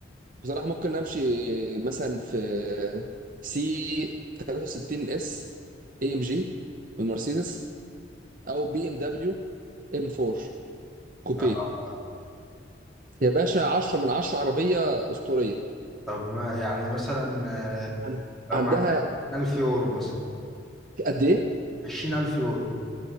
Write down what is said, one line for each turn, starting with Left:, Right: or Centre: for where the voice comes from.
Right: بصراحة ممكن امشي مثلا في سي 63 اس اي ام جي من مرسيدس او بي ام دبليو ام 4 كوبيه
Centre: آه.
Right: يا باشا 10 من 10 عربية أسطورية
Centre: طب ما- يعني مثلا آه،
Right: عن-
Centre: لو
Right: عندها
Centre: معاك 20000 يورو مثلا
Right: قد ايه؟
Centre: 20000 يورو